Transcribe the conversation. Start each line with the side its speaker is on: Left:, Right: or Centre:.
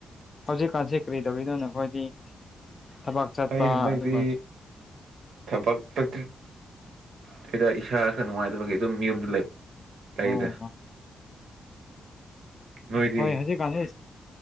Left: ꯍꯧꯖꯤꯛꯀꯥꯟꯁꯤ ꯀꯔꯤ ꯇꯧꯔꯤꯅꯣ ꯅꯈꯣꯏꯗꯤ ꯊꯕꯛ ꯆꯥꯠꯄ
Right: ꯑꯩ ꯍꯟꯗꯛꯇꯤ
Left: ꯑꯗꯨꯒ
Right: ꯊꯕꯛ ꯇꯨꯇ꯭ꯔꯤꯠ <unintelligible> ꯏꯁꯥ ꯈꯔ ꯅꯨꯡꯉꯥꯏꯇꯕꯒꯤ ꯑꯗꯨꯝ ꯌꯨꯝꯗ ꯂꯩ ꯂꯩꯗ
Left: ꯑꯣꯍꯣ
Right: ꯅꯣꯏꯗꯤ
Left: ꯍꯣꯏ ꯍꯧꯖꯤꯛꯀꯥꯟꯁꯤ